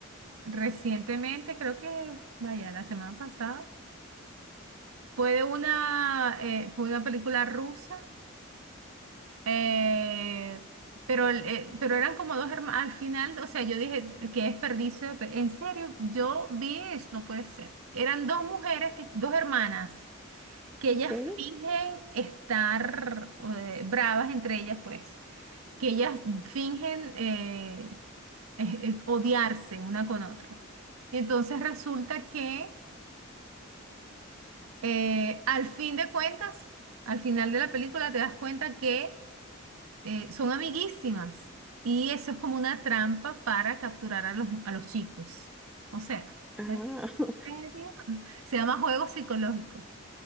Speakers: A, on the right (about 75°); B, in the centre.
A: Recientemente, creo que, vaya, la semana pasada, fue de una, eh, fue una película rusa, eh, pero, el- eh, pero eran como dos hermanos, al final, o sea, yo dije, qué desperdicio, de pe- en serio, yo vi eso, no puede ser. Eran dos mujeres, que, dos hermanas, que ellas
B: Ok.
A: fingen estar eh, bravas entre ellas, pues, que ellas fingen eh, eh, eh, odiarse una con otra. Y entonces resulta que Eh, al fin de cuentas, al final de la película te das cuenta que eh, son amiguísimas y eso es como una trampa para capturar a los, a los chicos. O sea,
B: Ah,
A: ¿en
B: <laughs>
A: serio? <laughs> Se llama juego psicológico.